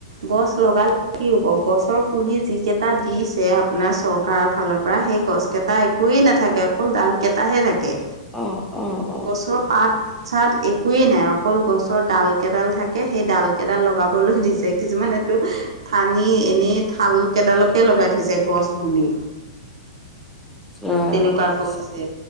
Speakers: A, on the right (about 70°); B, in the centre.
A: গছ লগালে কি হ'ব, গছৰ পুলি যিকেইটা দিছে আপোনাৰ চৰকাৰৰ ফালৰ পৰা সেই গছ কেইটা একোৱেই নাথাকে, অকল ডাল কেইটাহে থাকে।
B: অ অ। অ
A: গছৰ পাত - চাত একোৱেই নাই, অকল গছৰ ডাল কেইডাল থাকে সেই ডাল কেইডাল লগাবলৈ দিছে। কিছুমানে তো থানি এনেই থাল কেইডালকে লগাই থৈছে গছ পুলি।
B: আহ,
A: তেনেকুৱা কৰিছে।
B: আছে।